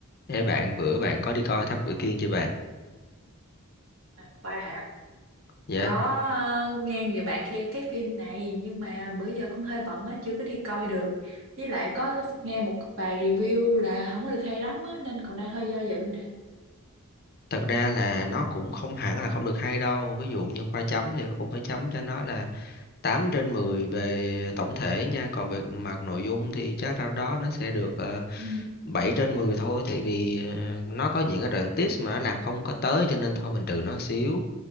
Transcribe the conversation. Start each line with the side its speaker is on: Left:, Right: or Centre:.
Left: Ê bạn bữa bạn có đi coi Thám Tử Kiên chưa bạn?
Right: Khoa hả?
Left: Dạ.
Right: Có ờ, nghe nhiều bạn khen cái phim này nhưng mà bữa giờ cũng hơi bận á, chưa có đi coi được. Với lại có nghe một vài review là không có được hay lắm á, nên còn đang hơi do dự nè.
Left: Thật ra là nó cũng không hẳn là không được hay đâu. Ví dụ như khoa chấm thì cũng phải chấm cho nó là 8 trên 10 về tổng thể nha. Còn về mặt nội dung thì chắc đâu đó nó sẽ được ờ,
Right: Ừ.
Left: 7 trên 10 thôi. Tại vì ờ, nó có những cái đoạn tips mà nó làm không có tới cho nên thôi mình trừ nó một xíu.